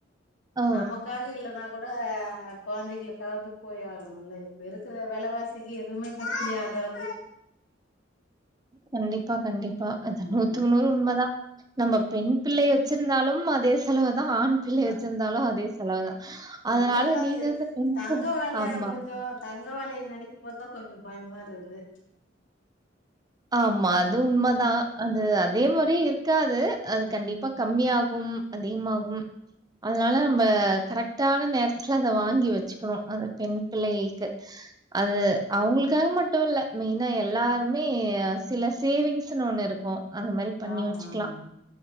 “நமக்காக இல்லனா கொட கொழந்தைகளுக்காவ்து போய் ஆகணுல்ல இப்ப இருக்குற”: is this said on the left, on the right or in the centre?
Left